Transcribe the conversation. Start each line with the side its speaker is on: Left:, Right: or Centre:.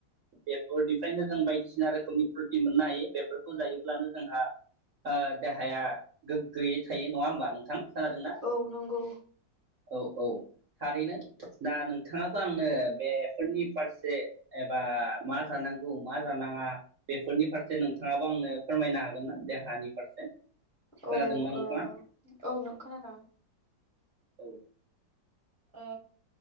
Right: बेफोरनिफ्रायनो जों बायदिसिना रोखोमनि प्रटिन मोननो हायो बेफोरखौ जायोब्लानो जोंहा ओ देहाया गोग्गोयै थायो नङा होमबा नोंथां खोनादोंना
Centre: उम औ नंगौ
Right: औ औ थारैनो दा नोंथाङाबो आंनो बे, फोरनि फारसे एबा मा जानांगौ मा जानाङा बेफोरनि फारसे नोंथाङाबो आंनो फोरमायनो हागोन ना देहानि फारसे, खोनादोंना
Centre: औ
Right: नोंथाङा
Centre: ओ औ नो खोनादों?
Right: औ
Centre: ओ